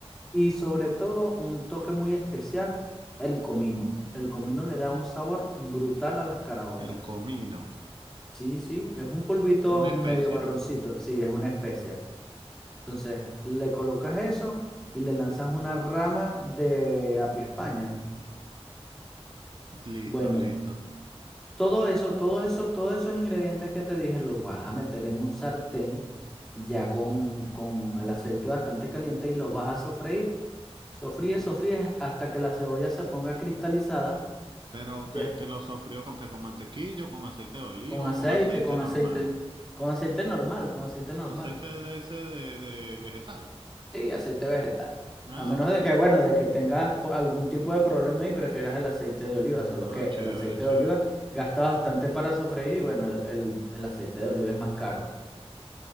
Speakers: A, in the centre; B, on the right.
A: y sobre todo un toque muy especial, el comino. El comino le da un sabor brutal a las caraotas.
B: el comino,
A: Sí, sí, es un polvito
B: una
A: medio
B: especia,
A: marroncito. Sí, es una especia. Entonces, le colocas eso y le lanzas una rama de apio España.
B: listo,
A: Bueno,
B: listo.
A: Todo eso, todo eso, todos esos ingredientes que te dije los vas a meter en un sartén ya con, con el aceite bastante caliente y los vas a sofreír. Sofríes, sofríes hasta que la cebolla se ponga cristalizada
B: Pero
A: de-
B: que, que lo sofrió con que con mantequillo, con aceite de olivo,
A: con aceite,
B: con aceite
A: con
B: normal,
A: aceite, con aceite normal, con aceite normal.
B: aceite de ese de, de vegetal.
A: Sí, aceite vegetal.
B: Ah,
A: A menos
B: bueno,
A: de que, bueno, de que tengas po- algún tipo de problema y prefieras el aceite de oliva, solo
B: ah,
A: que
B: chévere,
A: el aceite
B: chévere.
A: de oliva gasta bastante para sofreír y bueno, el el- el aceite de oliva es más caro.